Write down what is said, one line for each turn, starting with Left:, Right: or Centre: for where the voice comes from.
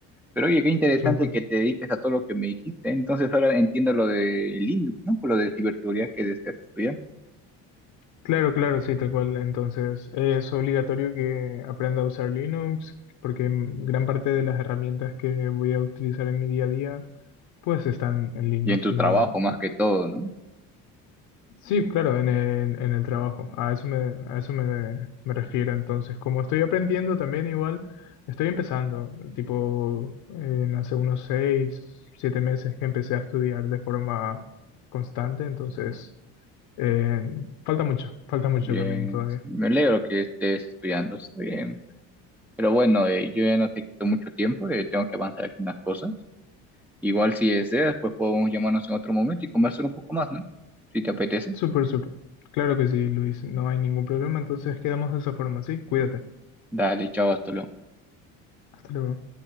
Centre: Pero oye, qué interesante
Left: súper.
Centre: que te dediques a todo lo que me dijiste. Entonces ahora entiendo lo de Linux, ¿no? Por lo de ciberseguridad que deseas estudiar.
Left: Claro, claro, sí, tal cual. Entonces, es obligatorio que aprenda a usar Linux, porque mm, gran parte de las herramientas que voy a utilizar en mi día a día, pues están en Linux
Centre: Y en tu
Left: y
Centre: trabajo
Left: no en...
Centre: más que todo, ¿no?
Left: Sí, claro, en el, en el trabajo. A eso me, a eso me, me refiero. Entonces, como estoy aprendiendo también igual, estoy empezando, tipo, en hace unos seis, siete meses que empecé a estudiar de forma constante, entonces, eh, falta mucho, falta mucho
Centre: Bien,
Left: camino todavía.
Centre: me alegro que estés estudiando, está bien. Pero bueno, eh, yo ya no te quito mucho tiempo, eh, tengo que avanzar aquí unas cosas. Igual si deseas, pues podemos llamarnos en otro momento y conversar un poco más, ¿no? Si te apetece.
Left: Súper, súper. Claro que sí, Luis. No hay ningún problema. Entonces quedamos de esa forma, ¿sí? Cuídate.
Centre: Dale, chao, hasta luego.
Left: Hasta luego.